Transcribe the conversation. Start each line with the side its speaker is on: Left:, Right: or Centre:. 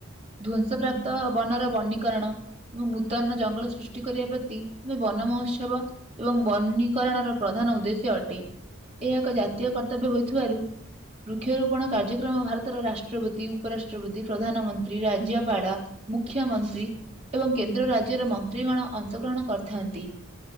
Right: ଧ୍ଵଂସ
Left: ହୁଁ
Right: ପ୍ରାପ୍ତ
Left: ହୁଁ
Right: ବନର ବନିକରନ। ଏବଂ ନୂତନ ଜଙ୍ଗଲ ସୃଷ୍ଟି କରିବା ପ୍ରତି ଆମେ ବନ ମହୋତ୍ସବ ଏବଂ ବନୀକରଣର ପ୍ରଧାନ ଉଦେଶ୍ୟ ଅଟେ। ଏହା ଏକ ଜାତୀୟ
Left: ଆଜ୍ଞା
Right: କର୍ତ୍ତବ୍ୟ ହୋଇଥିବାରୁ ବୃକ୍ଷରୋପଣ କାର୍ଯ୍ୟକ୍ରମ ଭାରତର ରାଷ୍ଟ୍ରପତି ଉପରାଷ୍ଟ ରାଷ୍ଟ୍ରପତି ପ୍ରଧାନମନ୍ତ୍ରୀ ରାଜ୍ୟପାଳ
Left: ହୁଁ
Right: ମୁଖ୍ୟମନ୍ତ୍ରୀ ଏବଂ କେନ୍ଦ୍ର ରାଜ୍ୟର ମନ୍ତ୍ରୀଗଣ ଅଂଶଗ୍ରହଣ କରିଥାନ୍ତି।